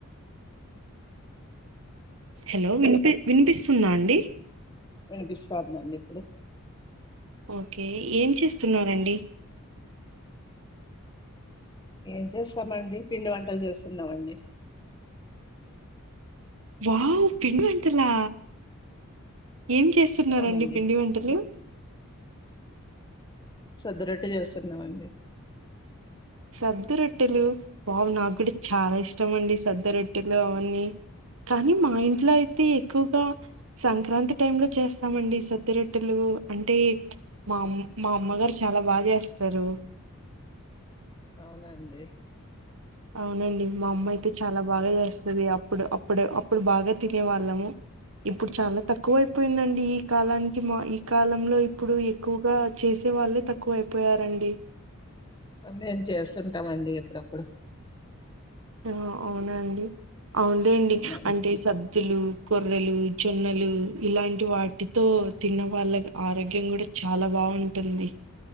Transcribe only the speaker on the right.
హలో వినిపి వినిపిస్తుందా అండి
ఓకే ఏం చేస్తున్నండి
వావు పిండి వంటలా ఏం చేస్త చూస్తున్నారండి
పిండి వంటలు
సద్దరొట్టెలు వావ్ నాకు కూడా చాలా ఇష్టం ఇష్టమండి సద్ద రొట్ట లోవన్నీ కానీ మా ఇంట్లో అయితే ఎక్కువగా సం క్రాంతి టైంలో చేస్తామండి సత్తిరొట్టెలు అంటే మా అమ్ మా అమ్మగారు చాలా బాగా చేస్తారు
అవునండి మా అమ్మ అయితే చాలా బాగా చేస్తుంది అప్పుడు అప్పుడు అప్పుడు బాగా తినే వాళ్ళము ఇప్పుడు చాలా తక్కువ అయిపోయిందండి ఈ కాలానికి మా ఈ కాలంలో ఇప్పుడు ఎక్కువగా చేసే వాళ్ళే తక్కువ అయిపోయారండి
ఆ అవునాండి అవుదండి
అంటే సద్ వత్తులు కొర్రలు జొన్నలు ఇలాంటి వాటితో తిన్న వాళ్ళ ఆరోగ్యం కూడా చాలా బాగుంటుంది